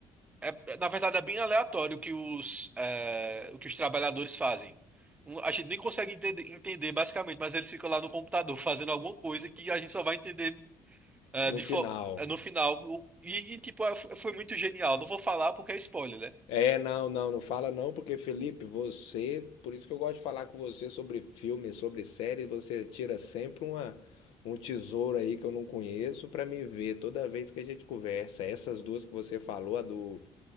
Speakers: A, on the right; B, on the left.
A: É, é, na verdade, é bem aleatório o que os, é, o que os trabalhadores fazem. Um, A gente nem consegue entender, entender, basicamente, mas eles ficam lá no computador <laughs> fazendo alguma coisa que a gente só vai entender é,
B: no
A: de
B: final.
A: fo- é, no final. O- E, e, tipo, é, f- foi muito genial. Não vou falar porque é spoiler, né?
B: É, não, não, não fala não, porque Felipe, você, por isso que eu gosto de falar com você sobre filme, sobre série, você tira sempre uma, um tesouro aí que eu não conheço pra me ver toda vez que a gente conversa. Essas duas que você falou, a do,